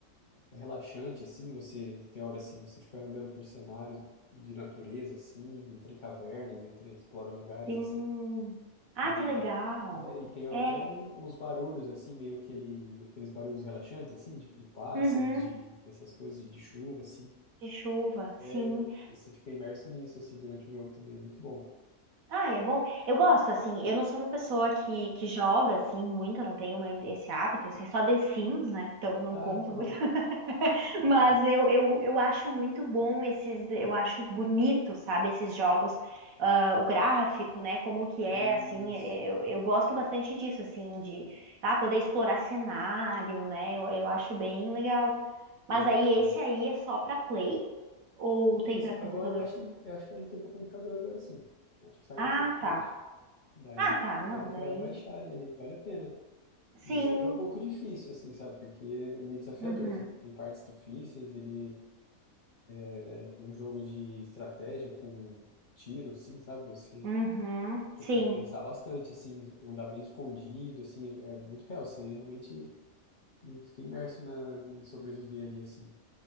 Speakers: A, on the left; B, on the right.
A: é relaxante, assim, você tem hora, assim, você fica andando por cenários de natureza, assim, entre cavernas, entre, explora lugares,
B: Sim.
A: assim,
B: Ah,
A: e,
B: que legal.
A: é, e tem até
B: É.
A: um- uns barulhos, assim, meio aquele, aqueles barulhos relaxantes, assim, de, de pássaros,
B: Uhum.
A: de, essas coisas, de, de chuva, assim,
B: De chuva,
A: é,
B: sim.
A: você fica imerso nisso, assim, durante o jogo também, é muito bom.
B: Ah, é bom. Eu gosto, assim. Eu não sou uma pessoa que, que joga, assim, muito. Eu não tenho uma- esse hábito, assim. Só The Sims, né? Então não
A: Ah,
B: conta
A: que bom,
B: muito. <laughs>
A: muito
B: Mas
A: bom.
B: eu, eu, eu acho muito bom esses, eu acho bonito, sabe, esses jogos, ah, o gráfico, né, como que
A: Isso.
B: é, assim, eu, eu gosto bastante disso, assim, de ah, poder explorar cenário, né, eu, eu acho bem legal. Mas
A: Isso,
B: aí
A: é.
B: esse aí é só pra Play ou tem
A: Isso.
B: pra computador?
A: Agora eu acho ele, eu acho que ele tem para computador agora sim. Eu Acho que saiu
B: Ah,
A: recentemente.
B: tá.
A: Daí,
B: Ah, tá, não,
A: daí dá
B: daí.
A: para baixar ele, vale a pena.
B: Sim.
A: Mas ele é um pouco difícil, assim, sabe? Porque é meio desafiador.
B: Uhum.
A: Tem, tem partes difíceis, ele é um jogo de estratégia com tiro, assim, sabe? Você,
B: Uhum. Sim.
A: você tem que pensar bastante, assim, andar bem escondido, assim, é, é muito real. Você realmente e fica imerso na, em sobreviver ali, assim.